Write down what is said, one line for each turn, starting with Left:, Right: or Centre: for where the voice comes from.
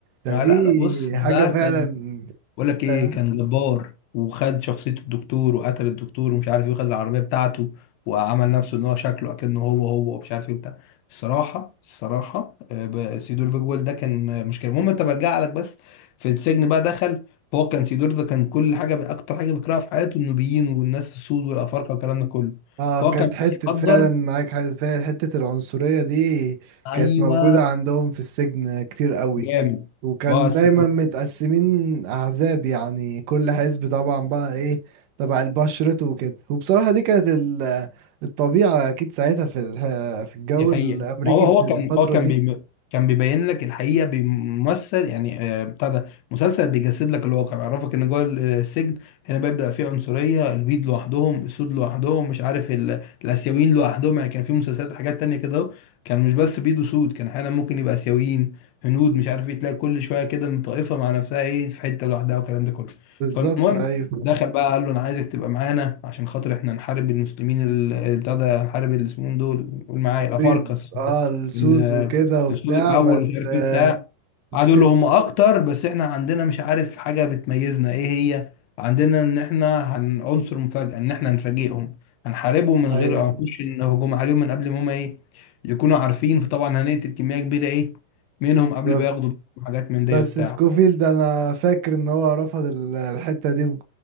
Right: ده
Left: لا
Right: دي
Left: لا لا بص ده
Right: حاجة فعلا
Left: كان بقول لك ايه
Right: فاهم
Left: كان جبار وخد شخصية الدكتور وقتل الدكتور ومش عارف ايه وخد العربية بتاعته وعمل نفسه ان هو شكله اكنه هو هو ومش عارف ايه بتاع الصراحة الصراحة آه، ب- سيدور بيجوال ده كان آه، مشكلة المهم انت برجع لك بس في السجن بقى دخل فهو كان سيدور ده كان كل حاجة اكتر حاجة بيكرهها في حياته النوبيين والناس السود والافارقة والكلام ده كله
Right: اه
Left: فهو
Right: كانت
Left: كان
Right: حتة
Left: بيقدر
Right: فعلا معاك حاجة فعلا حتة العنصرية دي
Left: ايوه
Right: كانت موجودة عندهم في السجن كتير قوي
Left: جامد
Right: وكان
Left: بس
Right: دايما متقسمين احزاب يعني كل حزب طبعا بقى ايه تبع البشرته وكده وبصراحة دي كانت ال- الطبيعة اكيد ساعتها في الح- في الجو
Left: دي حقيقة
Right: الامريكي
Left: ما هو هو
Right: في الفترة
Left: كان هو كان
Right: دي
Left: بي كان بيبين لك الحقيقة بيمثل يعني آه، بتاع ده مسلسل بيجسد لك الواقع بيعرفك ان جوه ال- السجن هنا بيبدأ فيه عنصرية البيض لوحدهم السود لوحدهم مش عارف ال... الآسيويين لوحدهم يعني كان في مسلسلات وحاجات تانية كده أهو، كان مش بس بيض وسود كان احيانا ممكن يبقى آسيويين هنود مش عارف ايه تلاقي كل شوية كده من طائفة مع نفسها ايه في حتة لوحدها والكلام ده كله
Right: بالظبط
Left: فالمهم
Right: ايوه
Left: دخل بقى قال له انا عايزك تبقى معانا عشان خاطر احنا نحارب المسلمين ال- اللي بتاع ده نحارب اللي اسمهم دول قول معايا الافارقه
Right: بيض اه السود
Left: ال-
Right: وكده وبتاع
Left: الصوت الاول
Right: بس
Left: مش عارف
Right: آه
Left: ايه بتاع قعدوا
Right: سكوف
Left: يقولوا هم اكتر بس احنا عندنا مش عارف حاجه بتميزنا ايه هي عندنا ان احنا هن عنصر مفاجاه ان احنا هنفاجئهم هنحاربهم من
Right: ايوه
Left: غير هنخش إن هجوم عليهم من قبل ما هم ايه يكونوا عارفين فطبعا هنقتل كميه كبيره ايه منهم قبل
Right: بالظبط
Left: ما ياخدوا حاجات من دي
Right: بس
Left: وبتاع
Right: سكوفيلد ده انا فاكر ان هو رفض ال- الحتة دي